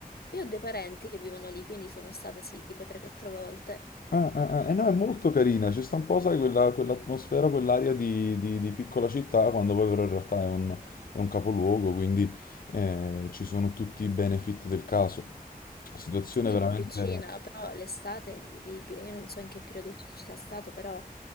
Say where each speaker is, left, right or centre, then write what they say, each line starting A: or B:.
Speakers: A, on the left; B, on the left.
A: Io ho dei parenti che vivono lì, quindi sono stata sì, tipo 3-4 volte.
B: Ah, ah, ah, Eh no, è molto carina, ci sta un po', sai, quella, quell'atmosfera, quell'aria di, di- di piccola città, quando poi però in realtà è un, è un capoluogo, quindi eh, ci sono tutti i benefit del caso. Situazione
A: Sì,
B: veramente...
A: è piccina, però l'estate è invivibile. Io non so in che periodo tu ci sia stato, però